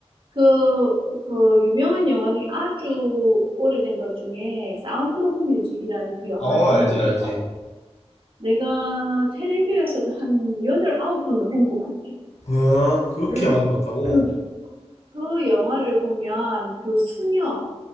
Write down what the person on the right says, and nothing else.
그, 그 유명한 영화 중에 아주 오래된 것 중에 사운드 오브 뮤직이라는 그 영화는
내가 텔레비에서도 한 여덟 아홉 번을 본 것 같아.
왜
그, 그 영화를 보면 그 수녀,